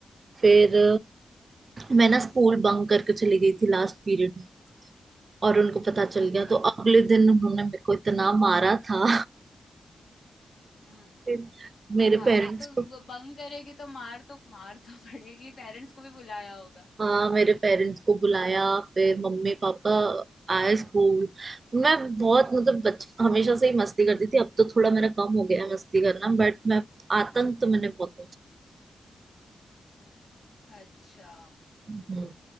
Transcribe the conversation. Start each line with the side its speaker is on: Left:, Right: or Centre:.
Right: फिर मैं ना स्कूल बंक करके चली गई थी लास्ट पीरियड में और उनको पता चल
Left: अच्छा
Right: गया तो अगले दिन उन्होंने मेरे को इतना मारा था
Left: हम्म
Right: फिर मेरे
Left: भाई
Right: पेरेंट्स
Left: तो
Right: को
Left: ब- बंक करेगी तो मार तो मार तो पड़ेगी पेरेंट्स को भी बुलाया होगा
Right: हाँ मेरे पेरेंट्स को बुलाया फिर मम्मी पापा आए स्कूल मैं बहुत मतलब बच हमेशा से ही मस्ती करती थी अब तो थोड़ा मेरा कम हो गया है मस्ती करना बट मैं आतंक तो मैंने बहुत
Left: अच्छा
Right: पहुंचा